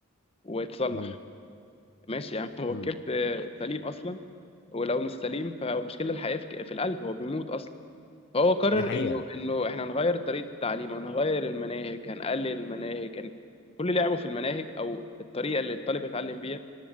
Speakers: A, on the left; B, on the left.
A: وتصلح
B: امم
A: ماشي يا عم <laughs> هو
B: امم
A: الكبد آه، سليم اصلا ولو مش سليم فالمشكله الحقيقيه في في القلب هو بيموت اصلا فهو قرر
B: دي حقيقه
A: انه انه احنا هنغير طريقه التعليم هنغير المناهج هنقلل المناهج هن... كل لعبه في المناهج او الطريقه اللي الطالب يتعلم بيها